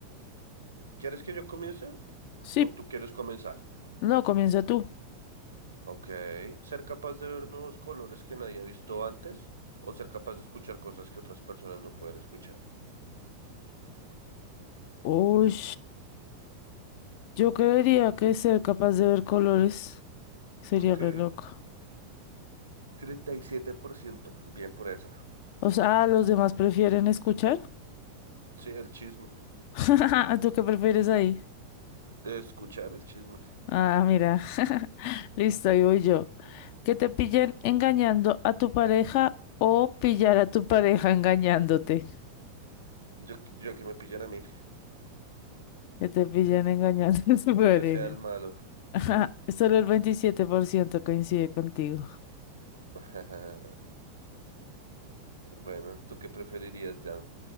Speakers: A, on the right; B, on the left.
A: ¿Quieres que yo comience?
B: Sí,
A: ¿O tú quieres comenzar?
B: no, comienza tú.
A: Ok. ¿Ser capaz de ver nuevos colores que nadie ha visto antes? ¿O ser capaz de escuchar cosas que otras personas no pueden escuchar?
B: Uy, yo creería que ser capaz de ver colores sería
A: Ok.
B: re loco.
A: treinta y siete por ciento. Bien por esa.
B: O sea, ah, los demás prefieren escuchar.
A: Sí, el chisme.
B: <laughs> ¿Tú qué prefieres ahí?
A: De escuchar el chisme.
B: Ah, mira. <laughs> Listo, ahí voy yo. Que te pillen engañando a tu pareja o pillar a tu pareja engañándote.
A: Yo, yo que me pillan a mí.
B: Que te pillen engañando <laughs> a tu pareja.
A: Que yo sea el malo.
B: Ajá,
A: Sí.
B: Solo el 27% coincide contigo.
A: <laughs> Bueno, ¿tú qué preferirías, Jan?